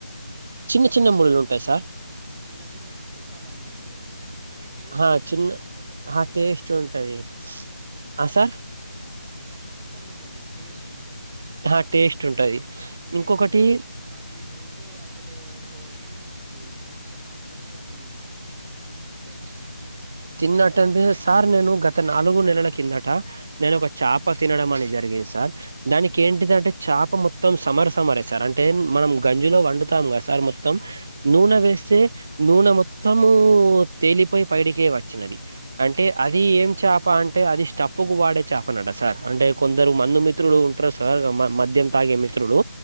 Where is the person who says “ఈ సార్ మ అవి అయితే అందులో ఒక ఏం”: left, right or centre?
Right